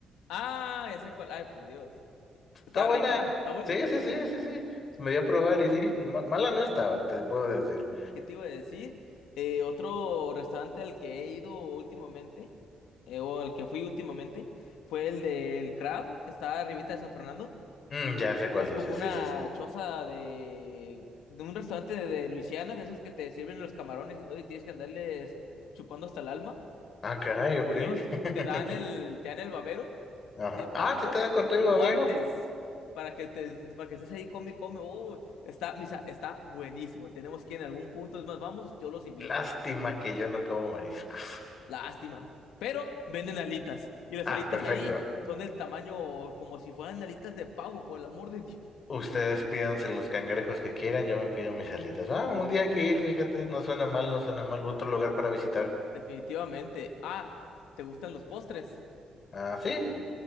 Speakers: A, on the left; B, on the left.
A: Ah, ese cual. Ay, por Dios.
B: Está
A: ¿Está
B: buena,
A: rica? ¿Está buena?
B: sí, sí, sí, sí, sí, me dio a probar
A: Uy,
B: y sí, ma- mala no estaba, te puedo decir.
A: ¿qué te iba a decir? Eh, otro restaurante al que he ido últimamente, eh, o al que fui últimamente, fue el del Crab, que está arribita de San Fernando.
B: Mm, ya sé cuál
A: Es
B: dices,
A: como una
B: sí, sí, sí.
A: choza de, de un restaurante de, de Luisiana, de esos que te sirven los camarones y todo, y tienes que andarles chupando hasta el alma.
B: Ah, caray, ok.
A: Por
B: <laughs>
A: Dios, te dan el, te dan el babero,
B: Ajá.
A: así de plástico,
B: Ah, te quedan con todo
A: y
B: y babero.
A: guantes para que te, para que estés ahí, come, y come. Uy, está, misa, está buenísimo. Tenemos que ir en algún punto, es más, vamos, yo los invito.
B: Lástima que yo no como mariscos.
A: Lástima. Pero venden alitas, y las
B: Ah,
A: alitas
B: perfecto.
A: ahí son del tamaño como si fueran alitas de pavo, por el amor de Dios.
B: Ustedes pídanse los cangrejos que quieran, yo me pido mis alitas. Ah, un día hay que ir, fíjate, no suena mal, no suena mal. Otro lugar para visitar.
A: Definitivamente. Ah, ¿te gustan los postres?
B: Ah, sí.